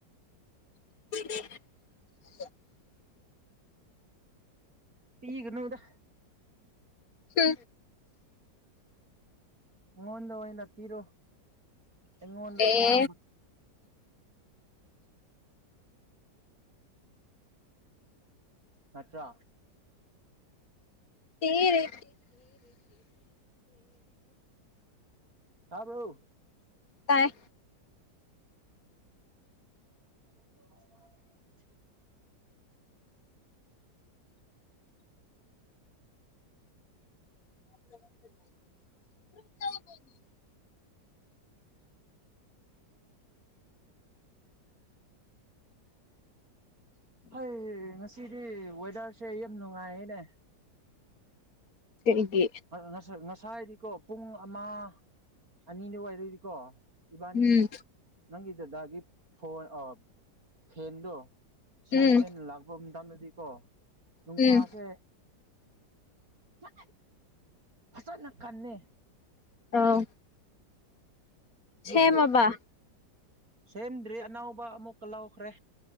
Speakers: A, on the left; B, on the right.
A: ꯎ
B: ꯏꯒꯅꯣꯗ
A: ꯐ
B: ꯑꯩꯉꯣꯟꯗ ꯑꯣꯏꯅ ꯄꯤꯔꯣ ꯑꯩꯉꯣꯟꯗꯁꯨ
A: ꯑꯦ
B: ꯅꯪꯕꯨ ꯃꯠꯇꯥ
A: ꯊꯔꯦꯔ
B: ꯍꯥꯥꯕꯥꯎ
A: ꯇꯥꯏ
B: <inaudible>
A: <inaudible>
B: ꯍꯣꯏ ꯉꯁꯤꯗꯤ ꯋꯦꯗꯔꯁꯦ ꯌꯥꯝ ꯅꯨꯡꯉꯥꯏꯌꯦꯅꯦ
A: ꯀꯩꯒꯤ
B: ꯉꯁꯥꯏ ꯉꯁꯥꯏ ꯍꯥꯏꯗꯤꯀꯣ ꯄꯨꯡ ꯑꯃ ꯑꯅꯤꯗꯨ ꯑꯣꯏꯏꯗꯣꯏꯗꯤꯀꯣ ꯏꯕꯥꯅꯤ
A: ꯎꯝ
B: ꯅꯪꯒꯤ ꯗꯗꯥꯒꯤ ꯐꯣꯟ ꯐꯦꯟꯗꯣ ꯁꯦꯝꯒꯦꯅ
A: ꯎꯝ
B: ꯂꯥꯛꯄ ꯃꯇꯝꯗꯗꯤ ꯀꯣ ꯅꯨꯡꯁꯥꯁꯦ
A: ꯎꯝ
B: ꯃ ꯐꯁꯅ ꯀꯅꯦ
A: ꯑꯥꯎ
B: ꯑꯗꯨꯒꯤ
A: ꯁꯃꯕꯥ
B: ꯁꯦꯝꯗ꯭ꯔꯤ ꯑꯅꯥꯕ ꯑꯃꯨꯛꯀ ꯂꯥꯎꯈ꯭ꯔꯦ